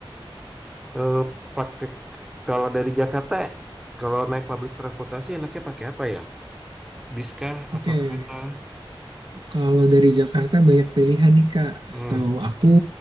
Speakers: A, in the centre; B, on the right.
A: eh, pakai kalau dari Jakarta, kalau naik public transportasi enaknya pakai apa ya? Bis kah
B: Oke,
A: atau kereta?
B: Kalau dari Jakarta banyak pilihan nih Kak.
A: Hmm,
B: Setahu aku